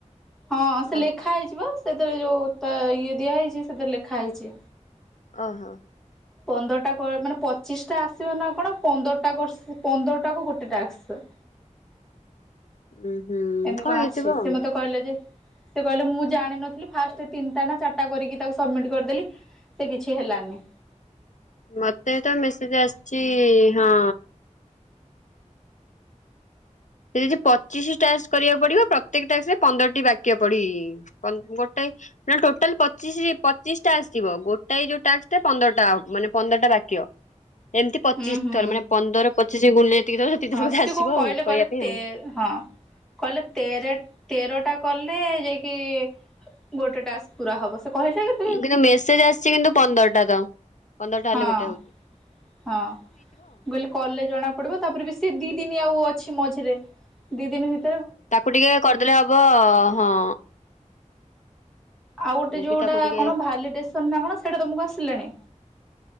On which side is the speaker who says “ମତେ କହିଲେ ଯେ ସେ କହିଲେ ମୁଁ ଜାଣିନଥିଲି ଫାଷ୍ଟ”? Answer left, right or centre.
Centre